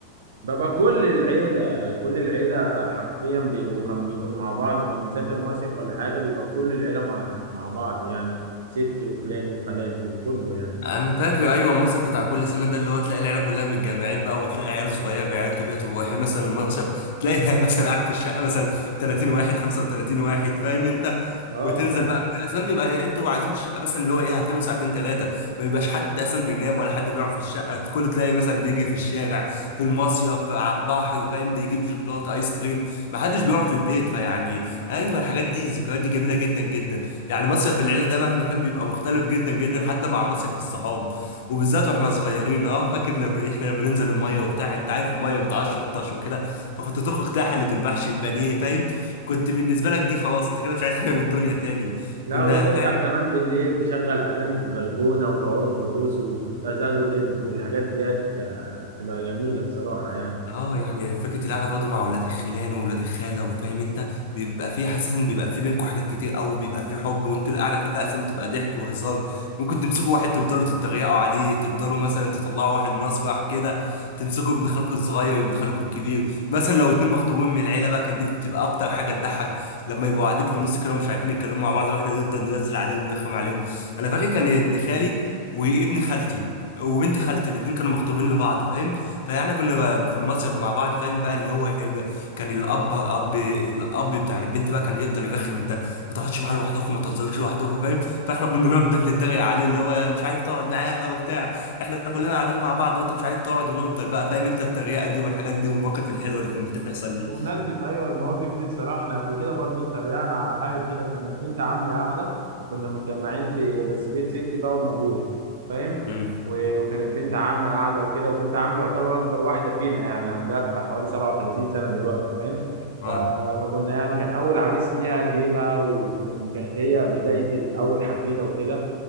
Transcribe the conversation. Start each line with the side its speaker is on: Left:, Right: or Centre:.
Right: ببقى كل العيله كل العيله حرفيا بيبقوا كان بيكونوا مع بعض لما بنسافر مصيف ولا حاجه بيبقى كل العيله مع مع بعض يعني ستي وخلاني وخالاتي وكله يعني
Left: انا فاكر ايوه المصيف بتاع كل سنه ده اللي هو تلاقي العيله كلها متجمعين بقى وتلاقي عيال صغيره بعيال كبيره طب واحد مثلا المصيف تلاقي <laughs> مثلا قاعد في الشقه مثلا 30 واحد 35 واحد فاهم انت
Right: اه
Left: وتنزل بقى اصلا بيبقى انتوا عايزين الشقه مثلا اللي هو ايه هتناموا ساعتين ثلاثه ما بيبقاش حد اصلا بينام ولا حد بيقعد في الشقه كله تلاقي مثلا بيجي في الشارع في المصيف على البحر فاهم بيجيب جيلاتي ايس كريم ما حدش بيقعد في البيت فيعني ايوه الحاجات دي الذكريات دي جميله جدا جدا يعني مصيف العيله ده مهما كان بيبقى مختلف جدا جدا حتى مع مصيف الصحاب وبالذات واحنا صغيرين اه فاكر لما احنا لما ننزل الميه وبتاع انت عارف الميه بتعشر طش وكده فكنت تخرج تلاقي حله المحشي البانيه فاهم كنت بالنسبه لك دي خلاص انت كده مش عايز حاجه من الدنيا تاني
Right: لا
Left: كنا
Right: وترجع
Left: فعلا
Right: كمان بالليل تشغل اغاني في البلكونه وتقعدوا ترقصوا وتزازوا لب والحاجات ديت آه، بتبقى جميله بصراحه يعني
Left: اه يعني فكره القعده برضه مع اولاد الخلان واولاد الخاله وفاهم انت بيبقى فيه حاسس بيبقى فيه بينكم حاجات كتير قوي بيبقى فيه حب وانتوا القعده كلها اصلا بتبقى ضحك وهزار ممكن تمسكوا واحد تفضلوا تتريقوا عليه تفضلوا مثلا تطلعوا واحد مسرح كده تمسكوا ابن خالكم الصغير وابن خالكم الكبير مثلا لو اتنين مخطوبين من العيله بقى كان دي بتبقى اكتر حاجه تضحك لما يبقوا قاعدين في النص كده ومش عارفين يتكلموا مع بعض واحنا نفضل ننزل عليهم نرخم عليهم انا فاكر كان ابن خالي وابن خالتي وبنت خالتي الاتنين كانوا مخطوبين لبعض فاهم فيعني كنا في المصيف مع بعض فاهم بقى اللي هو إيه بقى، كان الاب اب الاب بتاع البنت بقى كان يفضل يرخم انت ما تقعدش معاه لوحدكم ما تهزروش لوحدكم فاهم فاحنا كنا نفضل نتريق عليه اللي هو مش عارف تقعد معاها وبتاع احنا كلنا قاعدين مع بعض وانت مش عارف تقعد ونفضل بقى فاهم انت التريقه دي والحاجات دي والمواقف الحلوه اللي كانت بتحصل دي
Right: بمناسبة أيوة المواقف دي بصراحة إحنا قبل كده برضو اتريقنا على حاجة كده كانت بنت عمي قاعدة وكنا متجمعين في بس بيت ستي بقى وأم أبويا فاهم
Left: امم
Right: و- وكانت بنت عمي قاعدة وكده وبنت عمي يعتبر أكبر واحدة فينا يعني عندها بتاع حوالي 37 سنة دلوقتي فاهم
Left: اه
Right: ف... فكنا يعني كان أول عريس ليها جه بقى وكانت هي بداية الأول حفيدة وكده